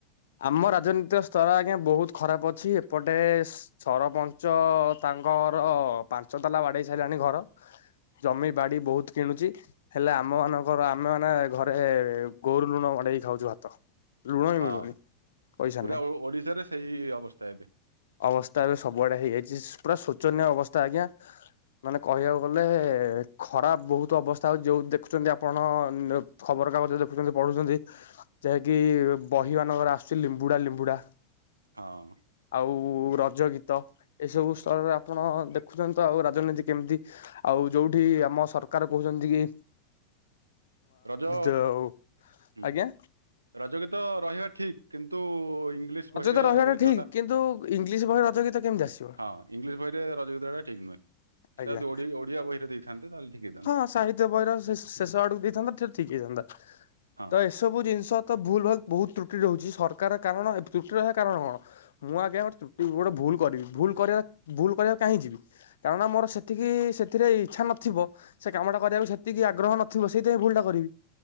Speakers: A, on the left (about 60°); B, on the right (about 80°).
A: ଆମ ରାଜନୀତିକ ସ୍ତର ଆଜ୍ଞା ବହୁତ ଖରାପ ଅଛି ଏପଟେ ସରପଞ୍ଚ ଚ ତାଙ୍କର ପାଞ୍ଚ ତାଲା ବାଡେଇ ସାରିଲାଣି ଘର। ଜମି ବାଡି ବହୁତ କିଣୁଛି ହେଲେ ଆମ ମାନଙ୍କର ଆମେ ମାନେ ଘ ଗୋରୁ ଲୁଣ ବଡେଇକି ଖାଉଛୁ ଭାତ। ଲୁଣ ବି
B: ହଁ
A: ମିଳୁନି ପଇସା
B: ପୁରା
A: ନାହିଁ
B: ଓଡ଼ିଶାରେ ସେଇ ଅବସ୍ଥା ଏବେ।
A: ଅବସ୍ଥା ବି ସବୁଆଡେ ହେଇଯାଇଛି ପୁରା ଶୋଚନୀୟ ଅବସ୍ଥା ଆଜ୍ଞା। ମାନେ କହିବାକୁ ଗଲେ ଖରାପ ବହୁତ ଅବସ୍ଥା ହଉଛି ଯଉ ଦେଖୁଛନ୍ତି ଆପଣ ଖବରକାଗଜ ଦେଖୁଛନ୍ତି ପଢୁଛନ୍ତି। ଯାହାକି ବହି ମାନଙ୍କର ଆସୁଛି ଲିମ୍ବୁଡା ଲିମ୍ବୁଡା।
B: ହଁ।
A: ଆଉ ରଜ ଗୀତ ଏଇସବୁ ସ୍ତରରେ ଆପଣ ଦେଖୁଛନ୍ତି ତ ଆଉ ରାଜନୀତି କେମିତି ଆଉ ଯୋଉଠି ଆମ ସରକାର କହୁଛନ୍ତି କି
B: ରଜ
A: ଯୋଉ
B: ହୁଁ
A: ଆଜ୍ଞା
B: ରଜ ଗୀତ ରହିବା ଠିକ୍। କିନ୍ତୁ ଇଂଲିଶ ବହିରେ
A: ତ ରହିବାଟା
B: ରଜ ଗୀତା
A: ଠିକ
B: ଟା
A: କିନ୍ତୁ ଇଂଲିଶ ବହି ରଜ ଗୀତ କେମିତି ଆସିବ
B: ହଁ ଇଂଲିଶ ବହିରେ ରଜ ଗୀତ ଟା ଠିକ୍ ନୁହେଁ ସେଟା
A: ଆଜ୍ଞା
B: ଯଦି ଓଡ଼ି ଓଡ଼ିଆ ବହିରେ ଦେଇଥାନ୍ତେ ତାହେଲେ ଠିକ ହେଇଥାନ୍ତା।
A: ହଁ ସାହିତ୍ୟ ବହିର ଶେଷ ଆଡକୁ ଦେଇଥାନ୍ତା ସେଇଟା ଠିକ୍ ହେଇଥାନ୍ତା।
B: ହଁ
A: ଏ ସବୁ ଜିନିଷ ତ ଭୁଲ ଭାଲ ବହୁତ ତ୍ରୁଟି ରହୁଛି ସରକାର କାରଣ ତ୍ରୁଟି ରହିବା କାରଣ କଣ? ମୁଁ ଆଜ୍ଞା ଗୋଟେ ତୁଟି ଗୋଟେ ଭୁଲ କରିବି ଭୁଲ କରିବା ଭୁଲ କରିବାକୁ କାହିଁ ଯିବି? କାରଣ ମୋର ସେତିକି ସେଥିରେ ଇଚ୍ଛା ନଥିବ। ସେ କାମ ଟା କରିବାକୁ ସେତିକି ଆଗ୍ରହ ନଥିବ ସେଇଥିପାଇଁ ଭୁଲଟା କରିବି।